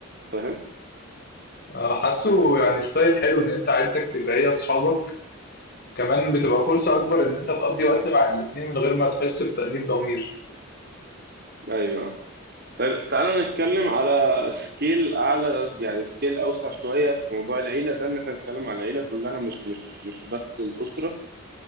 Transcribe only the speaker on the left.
آه، حاسه يعني ستايل حلو ان انت عيلتك تبقى هي اصحابك كمان بتبقى فرصة أكبر إن أنت تقضي وقت مع الاتنين من غير ما تحس بتأنيب ضمير